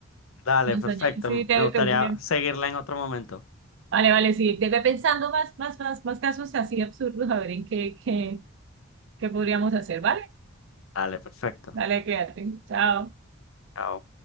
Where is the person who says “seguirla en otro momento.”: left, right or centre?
Left